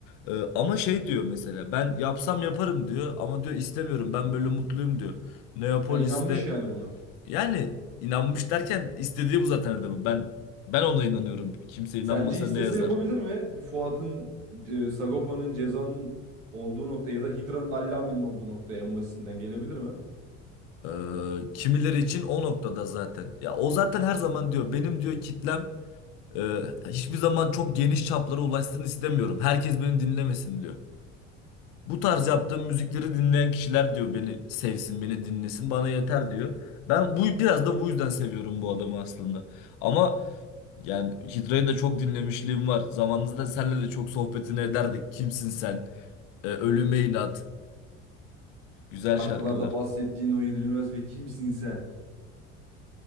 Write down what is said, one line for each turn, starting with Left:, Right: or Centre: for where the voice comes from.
Left: E, ama şey diyor mesela ben yapsam yaparım diyor ama diyor istemiyorum ben böyle mutluyum diyor. Neapolis'te
Right: Ha, inanmış yani buna.
Left: yani inanmış derken istediği bu zaten adamın. Ben ben ona inanıyorum. Kimse inanmasa
Right: Sence istese
Left: ne yazar?
Right: yapabilir mi? Bir Fuat'ın, e, Sagopa'nın Ceza'nın olduğu nokta ya da Hidra'nın Allame'nin olduğu noktaya en basitinden gelebilir mi?
Left: E, kimileri için o noktada zaten. Ya o zaten her zaman diyor benim diyor kitlem Ee, hiçbir zaman çok geniş çaplara ulaşsın istemiyorum. Herkes beni dinlemesin diyor. Bu tarz
Right: Anladım.
Left: yaptığım müzikleri dinleyen kişiler diyor beni sevsin, beni dinlesin, bana yeter diyor. Ben bu biraz da bu yüzden seviyorum bu adamı aslında. Ama yani Hidra'yı da çok dinlemişliğim var. Zamanında senle de çok sohbetini ederdik. Kimsin sen? Ee, ölüme inat. Güzel
Right: Şarkılarda
Left: şarkılar.
Right: bahsettiğin o yenilmez ve kimsin sen?